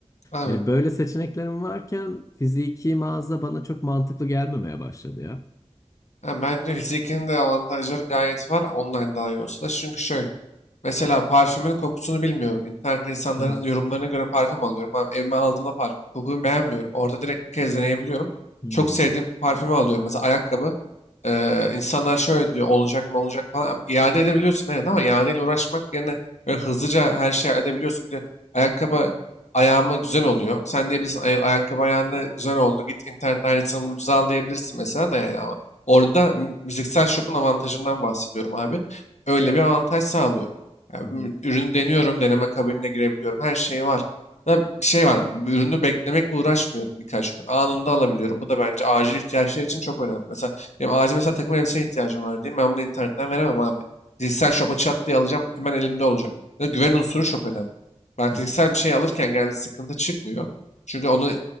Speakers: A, on the left (about 75°); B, on the left (about 25°).
A: Abi.
B: yani böyle seçeneklerim varken fiziki mağaza bana çok mantıklı gelmemeye başladı ya.
A: Ha, bence fizikinin de avantajları gayet var. Online daha iyi olsa da. Çünkü şöyle. Mesela parfümün kokusunu bilmiyorum. İnternette insanların
B: Aha.
A: yorumlarına göre parfüm alıyorum. Ama evime aldığımda parfüm kokuyu beğenmiyorum. Orada direkt bir kez deneyebiliyorum.
B: Hmm.
A: Çok sevdiğim parfümü alıyorum. Mesela ayakkabı eee, insanlar şöyle diyor olacak mı olacak falan. İade edebiliyorsun evet ama iadeyle uğraşmak yerine böyle hızlıca her şeyi edebiliyorsun diye ayakkabı ayağıma güzel oluyor. Sen diyebilirsin "Ay- ayakkabı ayağına güzel oldu. Git internet aynısını ucuza al diyebilirsin mesela da yani ama. Orada müziksel shop'un avantajından bahsediyorum abi. Öyle bir avantaj sağlıyor. Ya,
B: Hı hı.
A: ü- ürünü deniyorum, deneme kabinine girebiliyorum. Her şeyi var. Ya, bir şey var, ürünü beklemekle uğraşmıyorum birkaç gün. Anında alabiliyorum. Bu da bence acil ihtiyaçlar için çok önemli. Mesela benim acil mesela takım elbiseye ihtiyacım var diyeyim. Ben bunu internetten veremem abi. Fiziksel shop'a çat diye alacağım. Hemen elimde olacak. Ya, güven unsuru çok önemli. Ben fiziksel
B: Hı hı.
A: bir şey alırken genelde sıkıntı çıkmıyor. Çünkü onu e,